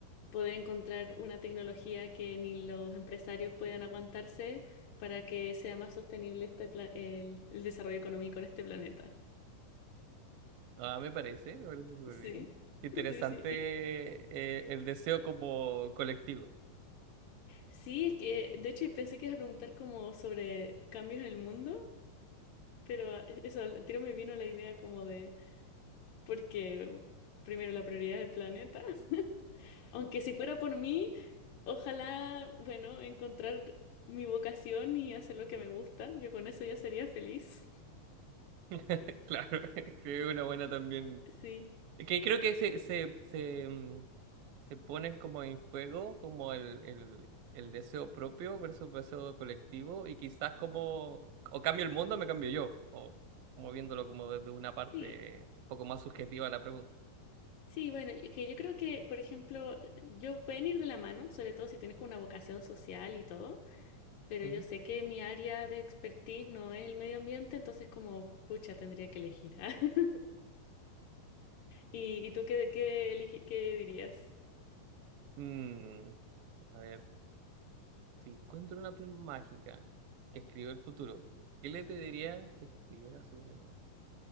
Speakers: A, on the left; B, on the right.
A: poder encontrar una tecnología que ni los empresarios puedan aguantarse para que sea más sostenible este pla- el, el desarrollo económico en este planeta.
B: Ah, me parece, me parece súper
A: Sí,
B: bien. Qué interesante
A: sí, sí. Y,
B: eh, el deseo como colectivo.
A: sí, es que de hecho pensé que ibas a preguntar como sobre cambios en el mundo, pero ah, e-, eso, al tiro me vino la idea como de, porque primero la prioridad es el planeta. <laughs> Aunque si fuera por mí... Ojalá, bueno, encontrar mi vocación y hacer lo que me gusta. Yo con eso ya sería feliz. <laughs>
B: <laughs> Claro, <laughs> creo que es una buena
A: Y-
B: también.
A: sí,
B: Que creo que se, se, se, mm, se pone como en juego como el, el, el deseo propio versus el deseo colectivo y quizás como o cambio el mundo o me cambio yo, o como viéndolo como desde una parte
A: sí,
B: un poco más subjetiva la pregunta.
A: sí, bueno, y que yo creo que, por ejemplo, yo pueden ir de la mano, sobre todo si tienes como una vocación social y todo, pero
B: Ujú.
A: yo sé que mi área de expertise no es el medio ambiente, entonces como, pucha, tendría que elegir. ¿ah? <laughs> ¿Y, y tú qué, qué, eligi- qué dirías?
B: Mm, a ver. Si encuentro una pluma mágica que escribió el futuro, ¿qué le pediría que escribiera sobre mí?